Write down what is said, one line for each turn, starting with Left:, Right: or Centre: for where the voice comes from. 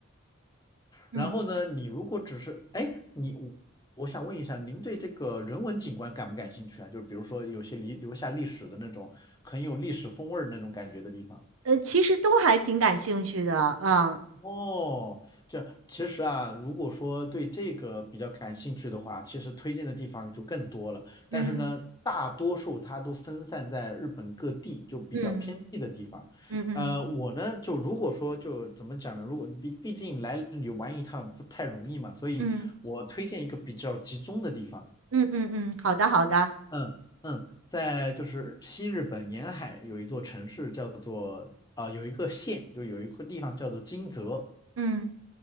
Right: 嗯。
Left: 然后呢，你如果只是，哎，你我我想问一下，您对这个人文景观感不感兴趣啊？就是比如说有些历留下历史的那种很有历史风味儿的那种感觉的地方。
Right: 呃，其实都还挺感兴趣的啊，
Left: 哦，这其实啊，如果说对这个比较感兴趣的话，其实推荐的地方就更多了。
Right: 嗯
Left: 但是呢，大多数它都分散在日本各地，就比较偏僻的地方。
Right: 嗯嗯嗯
Left: 呃，我呢，就如果说就怎么讲呢？如果毕毕竟来旅玩一趟不太容易嘛，所以我推荐一个比较集中的地方。
Right: 嗯嗯嗯嗯，好的好的，
Left: 嗯嗯，在就是西日本沿海有一座城市叫做啊、有一个县，就有一个地方叫做金泽。
Right: 嗯，